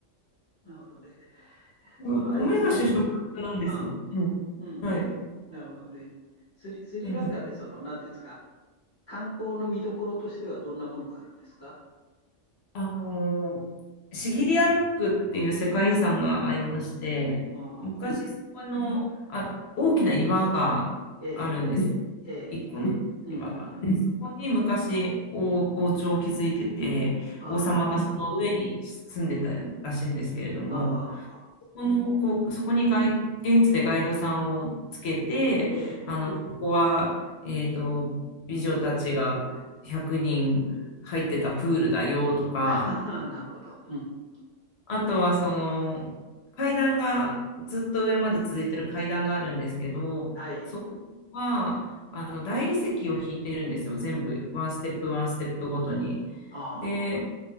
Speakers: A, on the left; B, on the left.
A: なるほどね。
B: <laughs>
A: それはあれですか。
B: 米が主食なんですよ。
A: うん。
B: うん。
A: うんうんうん。
B: はい。
A: なるほどね。スリ、スリランカってその、
B: うん。
A: なんていうんですか。観光の見どころとしてはどんなものがあるんですか
B: あのーシギリアロックっていう世界遺産がありまして、
A: うんうんうんうん。
B: 昔そこの、あ、大きな岩があるんです。
A: ええ、ええ。
B: 一個の岩が。
A: うんうん。
B: で、そこに昔王、王朝を築いてて、
A: ああ、
B: 王様がその上に住んでたらしいんですけれども、
A: なるほど。ああ、はあはああ
B: そこの、こう、そこにガイ現地でガイドさんをつけて、
A: ええ。
B: あの、ここは、えっと、美女たちが100人入ってたプールだよとか、
A: <laughs> なるほど。うん。
B: あとはその階段がずっと上まで続いてる階段があるんですけど、
A: はい。
B: そこはあの大理石を引いてるんですよ、全部ワンステップワンステップごとに。
A: ああ。
B: で、